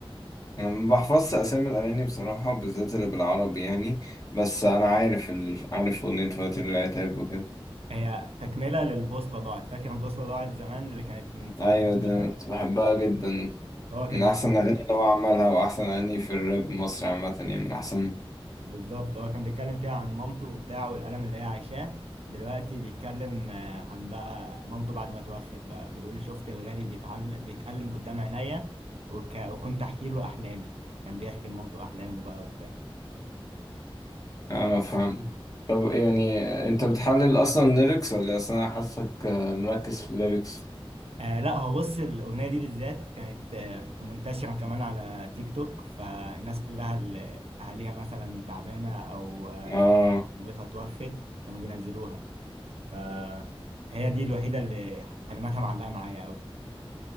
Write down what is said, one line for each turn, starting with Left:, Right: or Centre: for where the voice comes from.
Left: انا ما بحفظش اسامي الاغاني بصراحه بالذات اللي بالعربي يعني بس انا عارف ال... عارف اغنيه فواتير العتاب وكده
Right: هي تكملة للبوصلة ضاعت فاكر البوصلة ضاعت زمان اللي كانت من سنتين
Left: ايوه ده
Right: ثلاثة
Left: كنت بحبها جدا
Right: هو
Left: من
Right: كان
Left: احسن
Right: بيتكلم
Left: الاغاني اللي هو عملها واحسن اغاني في الراب مصر عامه يعني من احسن
Right: بالظبط هو كان بيتكلم فيها عن مامته وبتاع والألم اللي هي عايشاه دلوقتي بيتكلم آه، عن بقى مامته بعد ما توفت بقى بيقول شفت الغالي بيتعل... بيتألم قدام عينيا وك... وكنت أحكي له أحلامي كان بيحكي لمامته أحلامه بقى وبتاع
Left: اه فاهم طب يعني انت بتحلل اصلا ليركس ولا اصلا انا حاسك آه، مركز في الليركس
Right: آه لا هو بص الأغنية دي بالذات كانت آه، منتشرة كمان على تيك توك فالناس كلها اللي أهاليها مثلا تعبانة أو آه،
Left: اه
Right: مامتها توفت كانوا بينزلوها فهي دي الوحيدة اللي كلماتها معلقة معايا أوي